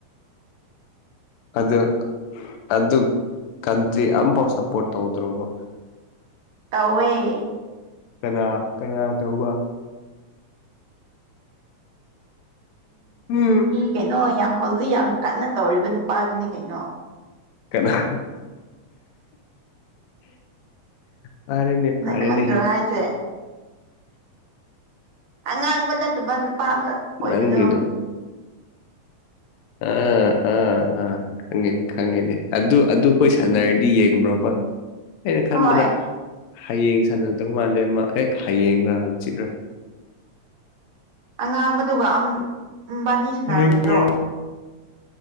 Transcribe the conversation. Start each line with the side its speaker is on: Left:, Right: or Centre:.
Left: ꯑꯗꯨꯒ ꯑꯗꯨ ꯀꯟꯇ꯭ꯔꯤ ꯑꯝꯐꯥꯎ ꯁꯞꯄꯣꯔꯠ ꯇꯧꯗ꯭ꯔꯣꯕ
Right: ꯇꯧꯋꯦ
Left: ꯀꯅꯥ ꯀꯅꯥ ꯇꯧꯕ ꯎꯝ
Right: ꯀꯩꯅꯣ ꯌꯥꯝ ꯍꯧꯖꯤꯛ ꯌꯥꯝ ꯀꯟꯅ ꯇꯧꯔꯤꯕ ꯅꯨꯄꯥꯗꯨꯅꯤ ꯀꯩꯅꯣ
Left: ꯀꯅꯥ ꯐꯔꯦꯅꯦ ꯐꯔꯦꯅꯦ
Right: ꯅꯪ ꯈꯪꯗ꯭ꯔꯣ ꯍꯥꯏꯖꯦ ꯑꯉꯥꯡꯕ ꯅꯠꯇꯕ ꯅꯨꯄꯥ ꯑꯃ ꯑꯣꯏꯕꯗꯣ
Left: ꯅꯪꯒꯤꯗꯣ ꯑ ꯑ ꯑ ꯈꯪꯉꯅꯤ ꯈꯪꯉꯅꯤ ꯑꯗꯨ ꯑꯗꯨ ꯑꯗꯨ ꯀꯣꯏ ꯁꯥꯟꯅꯔ
Right: ꯎꯝ
Left: ꯗꯤ ꯌꯦꯡꯕ꯭ꯔꯣꯕ ꯑꯩꯅ ꯈꯟꯕꯗ
Right: ꯍꯣꯏ
Left: ꯍꯌꯦꯡ ꯁꯥꯟꯅꯗꯧ ꯃꯥꯜꯂꯦ ꯃꯥ ꯑꯦꯛ ꯍꯌꯦꯡꯔ ꯍꯪꯆꯤꯠꯔ
Right: ꯑꯉꯥꯡꯕꯗꯨꯒ ꯑꯝ ꯕꯥꯅꯤ ꯁꯥꯟꯅꯔꯣꯏꯗ꯭ꯔꯣ
Left: ꯍꯌꯦꯡ ꯉꯔꯥꯡ